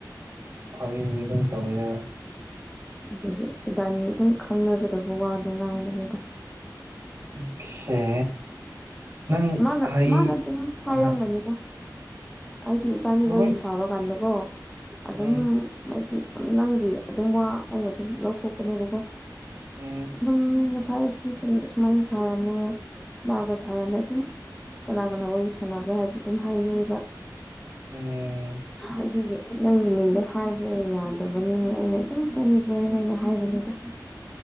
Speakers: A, on the right; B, in the centre.
A: ꯐꯥꯒꯤꯗꯤ ꯑꯗꯨꯝ ꯇꯧꯋꯦꯅꯥ
B: ꯑꯗꯨꯒꯤ ꯏꯕꯥꯅꯤ ꯑꯗꯨꯝ ꯈꯪꯅꯒꯗꯕ ꯋꯥꯗꯣ ꯉꯥꯡꯕꯅꯦꯗ
A: ꯑꯣꯀꯦ ꯅꯪ
B: ꯃꯥꯅ
A: ꯍꯩ
B: ꯃꯥꯅ ꯑꯗꯨꯝ ꯍꯥꯏꯔꯝꯒꯅꯤꯗ
A: ꯑꯍ
B: ꯑꯩꯗꯤ ꯏꯕꯥꯅꯤ
A: ꯂꯣꯏ
B: ꯋꯥꯔꯤ ꯁꯥꯕ ꯀꯥꯟꯗꯀꯣ ꯑꯗꯨꯝ
A: ꯎꯝ
B: ꯍꯥꯏꯗꯤ ꯅꯪꯒꯤ ꯑꯗꯨꯝ ꯋꯥ ꯑꯩꯅ ꯑꯗꯨꯝ ꯂꯧꯊꯣꯛꯄꯅꯦꯕꯀꯣ
A: ꯎꯝ
B: ꯑꯗꯨꯝ ꯁꯥꯏ ꯁꯤ ꯁꯨꯃꯥꯏꯅ ꯁꯥꯔꯝꯃꯦ ꯃꯥꯒ ꯁꯥꯔꯝꯃꯦ ꯑꯗꯨꯝ ꯀꯅꯥ ꯀꯅꯥ ꯋꯥꯔꯤ ꯁꯥꯟꯅꯕ꯭ꯔꯥ ꯍꯥꯏꯕꯁꯨ ꯑꯗꯨꯝ ꯍꯥꯏꯅꯩꯌꯦꯕ
A: ꯎꯝ
B: ꯑꯗꯨꯒꯤ ꯅꯪꯒꯤ ꯃꯤꯡꯗꯣ ꯍꯥꯏꯕ ꯌꯥꯗꯕꯅꯤꯅ ꯑꯩꯅ ꯑꯗꯨꯝ ꯐꯅꯤꯕꯣꯏ ꯍꯥꯏꯅ ꯍꯥꯏꯕꯅꯤꯗ <inaudible>